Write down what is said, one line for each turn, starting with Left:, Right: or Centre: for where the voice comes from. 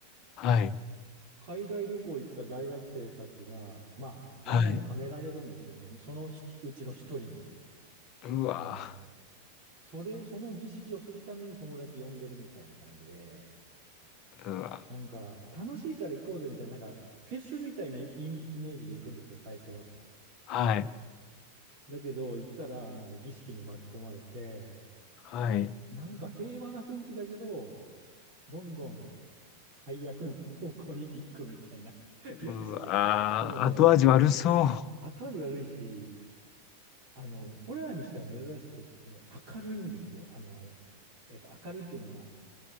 Left: はい。
Right: 海外旅行行った大学生たちが、まあ、罠にはめられるんですけど、
Left: はい。
Right: そのひうちの一人に、
Left: うわ
Right: あの、それ、その儀式をするために友達呼んでるみたいな感じで、
Left: ー。うわ
Right: なんか、楽しいから行こうぜみたいな、なんか、フェスみたいなイメージで行くんですよ、最初は。
Left: ー。はい。
Right: だけど、行ったら、なんか儀式に巻き込まれて、
Left: はい。
Right: なんか平和な雰囲気だけど、どんどん最悪な方向に行くみたいな <laughs> やつで、
Left: うわー。
Right: もうね、
Left: 後味悪そう。
Right: そ後味悪いし、あの、ホラーにしては珍しくって、明るいんですよ。あの、えっと、明るいっていうのは、